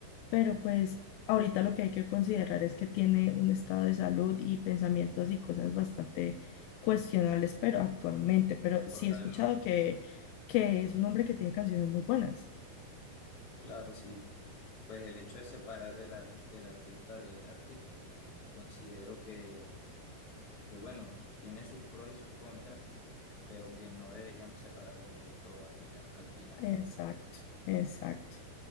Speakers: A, on the left; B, on the left.
A: pero pues ahorita lo que hay que considerar es que tiene un estado de salud y pensamientos y cosas bastante cuestionables, pero actualmente, pero sí
B: totalmente.
A: he escuchado que, que es un hombre que tiene canciones muy buenas.
B: Claro, sí. Pues el hecho de separar el, ar- el artista de arte, considero que, que, bueno, tiene sus pros y sus contras, pero que no deberíamos separarlos del todo al final, al fin y al
A: Exacto,
B: cabo.
A: exacto.